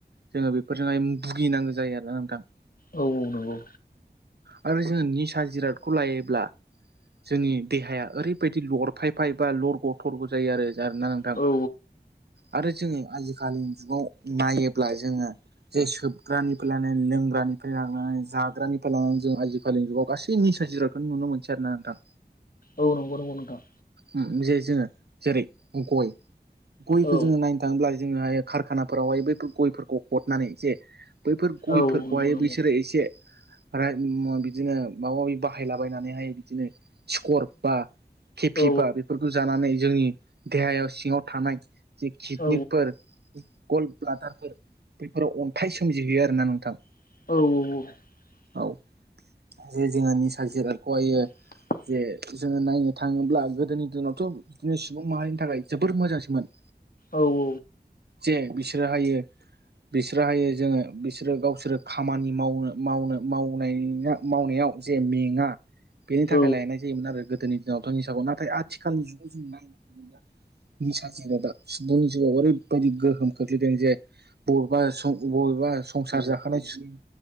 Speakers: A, on the right; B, on the left.
A: जोङो बेफोरजोंहाय भुगिनांगो जायो आरो ना नोंथां
B: औ औ नोंगौ
A: आरो जों निसा जिरादखौ लायोब्ला। जोंनि देहाया ओरैबायदि लरफायफाय बा लरग' थरग' जायो आरो जारो ना नोंथां
B: औ
A: आरो जोङि आजिखालि जुगाव ब्लाय जोङो जे सोबग्रानिफ्राय लानानै लोंग्रानिफ्राय लानानै जाग्रानिफ्राय लानानै जों आजिखालिनि जुगाव गासै निसा जिरायखौनो नुनो मोनसै आरो ना नोंथां।
B: औ नोंगौ नोंगौ नोंथां।
A: उम जे जोङो जेरै गय गयखौ
B: औ
A: जोङो नायनो थाङोब्ला जोङोहाय खारखानाफोरावहाय बैफोर गयफोरखौ हरनानै जे बैफोर गयफोरखौहाय
B: औ नंगौ नंगौ
A: बिसोरो एसे रायट मुवा बिदिनो माबा माबि बाहायला बायनानैहाय बिदिनो। सिकर बा केेपिबा
B: औ
A: बेफोरखौ जानानै जोंनि देहायाव सिङाव थानाय जि किटनिकफोर
B: औ
A: गल ब्लादारफोर बेफोराव अन्थाइ सोमजिहोयो आरोना नोंथां।
B: औ औ औ।
A: औ जि जोङो निसा जिराद गयो
B: <unintelligible>
A: जे जोङो नायनो थाङोब्ला गोदोनि दिनावथ' बिदिनो सुबुं माहारिनि थाखाय जोबोर मोजांसोमोन।
B: औ औ।
A: जे बिसोरो हायो बिसोर हायो जोङो बिसोरो गावसोरो खामानि मावनो मावनो मावनाया मावनायाव आव जे मेङा बेनि थाखाय
B: औ
A: लायनाय जायोमोन आरो गोदोनि दिनावथ' निसाखौ नाथाय आथिखालनि जुगाव जों नायनो थाङोब्ला निसा जिरादा सुबुंनि जिउआव ओरैबायदि गोहोम खोख्लैदों जे बबेबा सं बबेबा संसार जाखानाय सुबुं